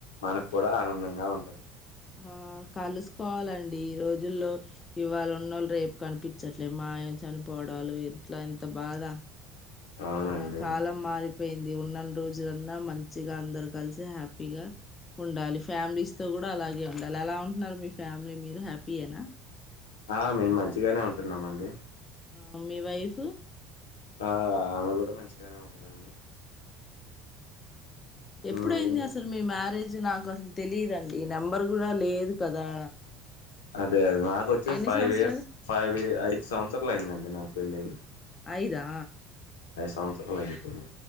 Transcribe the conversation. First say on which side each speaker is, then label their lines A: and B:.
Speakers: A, on the left; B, on the left.
A: మనకు కూడా ఆనందంగా ఉంటది
B: ఆ కలుసుకోవాలండి, ఈ రోజుల్లో ఇవాళ ఉన్న వాళ్ళు రేపు కనిపించట్లేదు మాయం చనిపోడాలు ఇట్లా ఎంత బాధ
A: అవునండి
B: అ కాలం మారిపోయింది ఇది ఉన్నన్నా రోజులన్నా మంచిగా అందరు కలిసి హ్యాపీగా ఉండాలి, ఫ్యామిలీస్ తో కూడా అలాగే ఉండాలి, ఎలా ఉంటున్నారు మీ ఫ్యామిలీ మీరు హ్యాపీయనా
A: ఆ మేము మంచిగానే ఉంటున్నామ అండి
B: ఆ మీ వైఫ్
A: ఆ ఆమె కూడా మంచిగానే ఉంటదండి
B: ఎప్పుడయింది
A: మ్మ్
B: అసలు మీ మ్యారేజ్ నాకు అసలు తెలిదుండి నెంబర్ కూడా లేదు కదా
A: అ అ నాక వచ్చి
B: ఎన్ని
A: ఫైవ్
B: సంవత్సరాలు
A: ఇయర్స్ ఫైవ్ ఇ అఐ సంవత్సరాలు అయిందండి నాకు పెళ్ళి అయి
B: అయిదా
A: ఐదు సంవత్సరలు అయ్యింది పెళ్లి